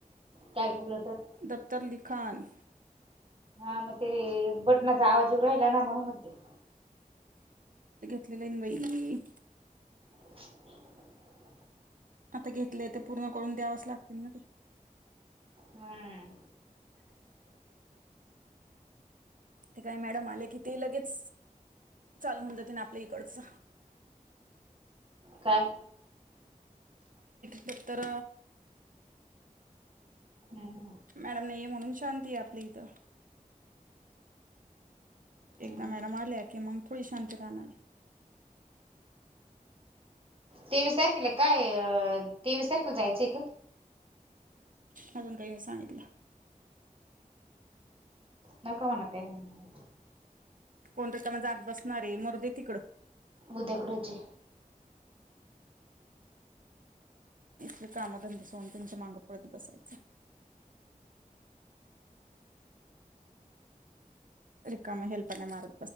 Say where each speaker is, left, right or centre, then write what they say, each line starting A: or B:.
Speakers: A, on the right (about 40°); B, on the right (about 70°).
A: कॅल्क्युलेटर
B: दफतरली खान
A: हा मग ते बटनाचा आवाजऊ राहिला ना म्हणून म्हणते
B: कलान बाई
A: <inaudible>
B: आता घेतले ते पूर्ण करून द्यावच लागतील ना ते
A: हम्म
B: ते काही मॅडम आले की ते लगेच चाल होन जात ना आपल्या इकडच
A: काय
B: दत्तर
A: हम् हम्
B: मॅडम नाहीये म्हणून शांती आहे आपली इथं
A: हम्म.
B: एकदा मॅडम आले की मग थोडी शांत काणार
A: तेवीस तारखेल आहे काय अ तेवीस तारखेला जायचं आहे का
B: अजून काही मी सांगितलं
A: नका म्हणा काय म्हण
B: कोणतच्या म जात बसणार आहे मुर्दी तिकडं
A: उदकडचे
B: इल कामधंदा सोून त्यांुच्या माग पडत बसायचं ककाम हेल्प पण माार